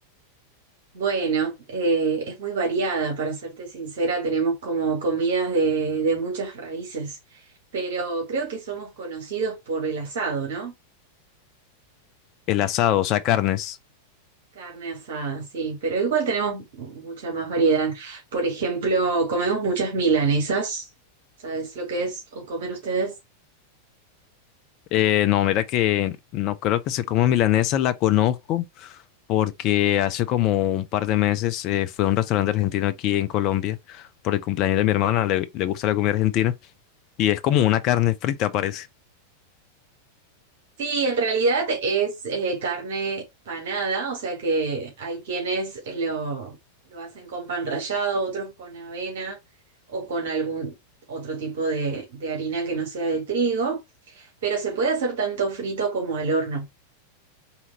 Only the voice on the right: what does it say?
Bueno, eh, es muy variada, para serte sincera, tenemos como comidas de, de muchas raíces, pero creo que somos conocidos por el asado, ¿no?
Carne asada, sí, pero igual tenemos mucha más variedad. Por ejemplo, comemos muchas milanesas, ¿sabes lo que es? ¿O comen ustedes?
Sí, en realidad es eh, carne panada, o sea que hay quienes eh, lo, lo hacen con pan rallado, otros con avena o con algún otro tipo de, de harina que no sea de trigo, pero se puede hacer tanto frito como al horno.